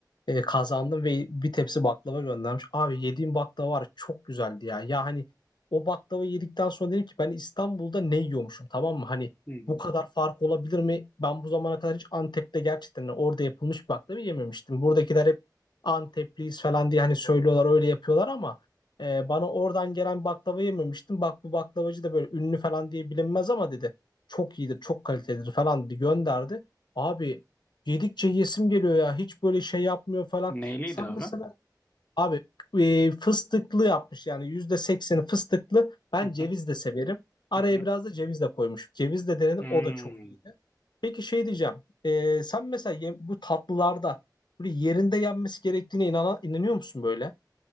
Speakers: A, on the left; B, on the left.
A: E, kazandım ve bir tepsi baklava göndermiş. Abi yediğim baklava var ya, çok güzeldi ya. Ya hani o baklava yedikten sonra dedim ki ben İstanbul'da ne yiyormuşum tamam mı? Hani
B: Hı hı.
A: bu kadar fark olabilir mi? Ben bu zamana kadar hiç Antep'te gerçekten orada yapılmış baklava yememiştim. Buradakiler hep Antepliyiz falan diye hani söylüyorlar öyle yapıyorlar ama e, bana oradan gelen baklava yememiştim. Bak bu baklavacı da böyle ünlü falan diye bilinmez ama dedi. Çok iyidir, çok kalitelidir falan dedi gönderdi. Abi Yedikçe yesim geliyor ya. Hiç böyle şey yapmıyor falan.
B: Neyliydi
A: Sen
B: abi?
A: mesela abi e, fıstıklı yapmış yani yüzde sekseni fıstıklı. Ben
B: Hı
A: ceviz
B: hı,
A: de severim. Araya
B: hı hı.
A: biraz da ceviz de koymuş. Ceviz de denedim
B: Hmm.
A: o da çok iyiydi. Peki şey diyeceğim. E, sen mesela ye- bu tatlılarda böyle yerinde yenmesi gerektiğine inana, inanıyor musun böyle?